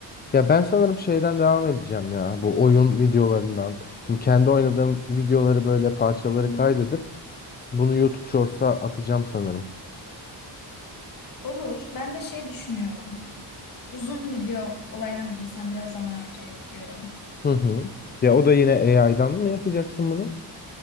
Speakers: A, on the left (about 25°); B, on the left (about 50°).
A: Ya ben sanırım şeyden devam edeceğim ya bu oyun videolarından. Şimdi kendi oynadığım videoları böyle parçaları
B: Hı hı.
A: kaydedip bunu YouTube Shorts'a atacağım sanırım.
B: Olur. Ben de şey düşünüyorum. Uzun video olayına mı girsem biraz zaman harcayıp diyorum.
A: Hı hı. Ya o da yine AI'dan mı yapacaksın bunu?